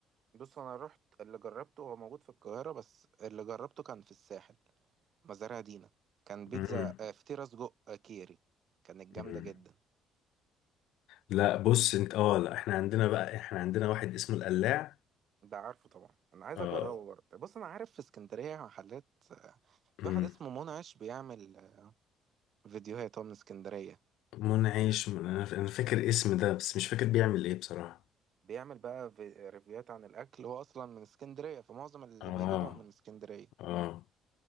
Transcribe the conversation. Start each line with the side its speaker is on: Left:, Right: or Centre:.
Right: بص انا رحت اللي جربته هو موجود في القاهره بس اللي جربته كان في الساحل مزارع دينا كان بيتزا
Left: مم.
Right: آه، فطيرة سجق آه، كيري كانت جامدة
Left: مم.
Right: جدا
Left: لا بص انت اه لا احنا عندنا بقى احنا عندنا واحد اسمه القلاع
Right: ده عارفه طبعا انا عايز
Left: اه
Right: اجربه برضه بص انا عارف في اسكندرية محلات آه، في
Left: مم.
Right: واحد اسمه منعش بيعمل آه، فيديوهات هو من اسكندرية
Left: منعش من انا ف- انا فاكر اسم ده بس مش فاكر بيعمل ايه بصراحة
Right: بيعمل بقى في- آه، ريفيوهات عن الاكل هو اصلا من اسكندرية فمعظم اللي
Left: اه
Right: بيجيبهم من اسكندرية
Left: اه